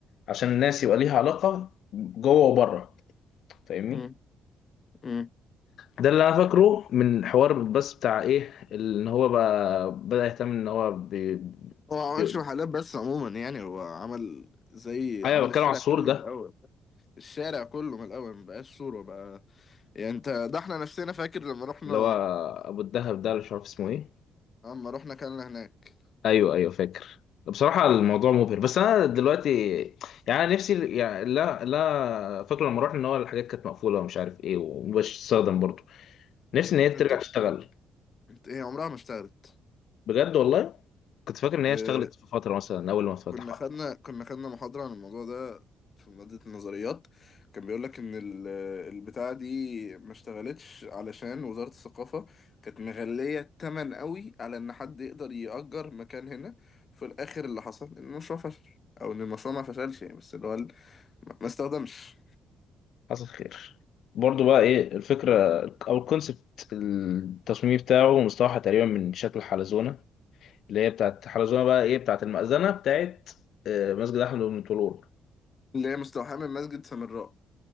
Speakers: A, on the left; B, on the left.
A: عشان الناس يبقى ليها علاقة جوه وبره فاهمني
B: مم. مم.
A: ده اللي انا فاكره من حوار بس بتاع ايه ان هو بقى بدأ يهتم ان هو بي...
B: هو ما
A: بي...
B: عملش محلات بس عموما يعني هو عمل زي
A: ايوه
B: عمل
A: بتكلم
B: الشارع
A: على السور
B: كله
A: ده
B: من الأول الشارع كله من الأول ما بقاش صورة بقى يعني أنت ده إحنا نفسنا فاكر لما رحنا
A: اللي هو ابو الدهب ده اللي مش عارف اسمه ايه
B: لما رحنا كلنا هناك
A: ايوه ايوه فاكر بصراحة الموضوع مبهر بس انا دلوقتي يعني أنا نفسي يعني لا لا فاكره لما رحنا ان هو الحاجات كانت مقفولة ومش عارف ايه ومش تستخدم برضه نفسي ان هي ترجع
B: الطرق
A: تشتغل
B: إيه عمرها ما اشتغلت
A: بجد والله كنت فاكر ان هي
B: آه،
A: اشتغلت في فترة مثلا اول ما اتفتح
B: كنا خدنا كنا خدنا محاضرة عن الموضوع ده في مادة النظريات كان بيقول لك إن ال- البتاعة دي ما اشتغلتش علشان وزارة الثقافة كانت مغلية التمن قوي على إن حد يقدر يأجر مكان هنا في الآخر اللي حصل إن المشروع فشل أو إن المشروع ما فشلش يعني بس اللي هو ال- ما ما استخدمش
A: حصل خير برضو بقى ايه الفكرة او الكونسبت التصميم بتاعه مستوحى تقريبا من شكل حلزونة اللي هي بتاعت حلزونة بقى ايه بتاعت المأذنة بتاعت آه، مسجد احمد بن طولون
B: اللي هي مستوحاة من مسجد سامراء